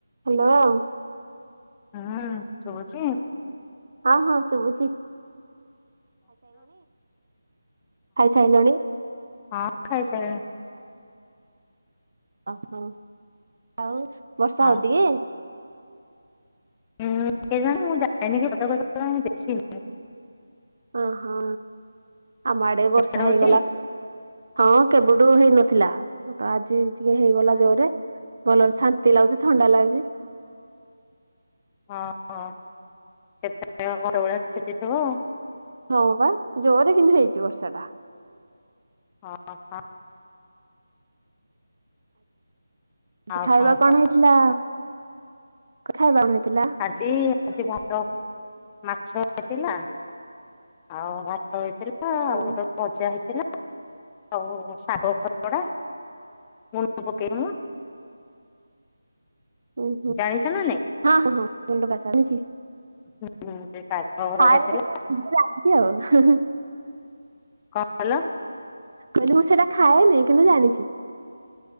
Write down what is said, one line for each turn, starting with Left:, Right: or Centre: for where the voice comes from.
Right: Hello.
Left: ହୁଁ ଶୁବୁଛୁ।
Right: ହଁ ହଁ ସୁଭୁଛି। ଖାଇସାଇଲଣି
Left: ହଁ ଖାଇସାରିଲିଣି।
Right: ଓହୋ ଆଉ ବର୍ଷା
Left: ଆଉ
Right: ହଉଛି କି?
Left: ଉଁ କେଜାଣି ମୁଁ ଯାଇନିକି ପଦାକୁ ଏଯାଏ ଦେଖିନି?
Right: ଓହୋ ଆମ ଆଡେ
Left: ସିଆଡେ
Right: ବର୍ଷା
Left: ହଉଛି
Right: ହେଇଗଲା। ହଁ କେବେଠୁ ହେଇନଥିଲା ତ ଆଜି ଟିକେ ହେଇଗଲା ଜୋରେ। ଭଲ ଶାନ୍ତି ଲାଗୁଛି ଥଣ୍ଡା ଲାଗୁଛି।
Left: ହଁ ହଁ କେତେ ଘର ଭଳିଆ ଛେଚିଥିବ।
Right: ହଁ ବା ଜୋରରେ କିନ୍ତୁ ହେଇଛି ବର୍ଷା ଟା।
Left: ହଁ ହଁ।
Right: ଆଜି
Left: ଆଉ
Right: ଖାଇବା
Left: କହ
Right: କଣ ହେଇଥିଲା ଖାଇବା କଣ ହେଇଥିଲା।
Left: ଆଜି ଆଜି ବାର ମାଛ ହେଇଥିଲା। ଆଉ ଭାତ ହେଇଥିଲା ଆଉ
Right: ଉଁ
Left: ଗୋଟେ ଭଜା ହେଇଥିଲା। ଆଉ ଶାଗ ଖଅଡା ମୁଣ୍ଡ ପକେଇବା।
Right: ହୁଁ ହୁଁ
Left: ଜାଣିଛ ନା ନାଇଁ
Right: ହଁ ହଁ ମୁଣ୍ଡ ବାସା ଆଣିଛି।
Left: ହୁଁ ହୁଁ ସେ ତାଙ୍କ ଘରଡା
Right: ଖାଏ
Left: ହେଇଥିଲା।
Right: ମୁଁ ଜାଣିଛି ଆଉ।
Left: କଣ କହିଲ?
Right: କହିଲି ମୁଁ ସେଟା ଖାଏନି କିନ୍ତୁ ଜାଣିଛି।